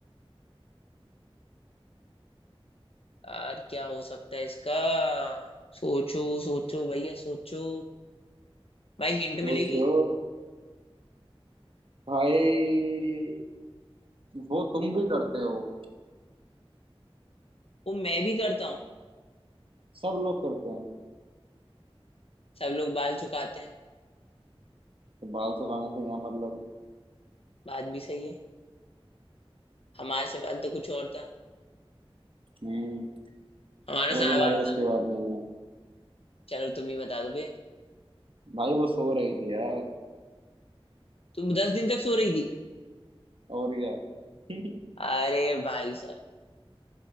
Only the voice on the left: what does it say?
यार क्या हो सकता है इसका सोचो सोचो भैया सोचो भाई हिंट
मिलेगी
वो मैं भी करता हूँ
सब लोग बाल चुकाते हैं
बात भी सही है हमारे से बाल तो कुछ और था
हमारा
सा
बाल
था
चलो तुम ही बता दो फिर
तुम दस दिन तक सो रही थी
अरे भाई साहब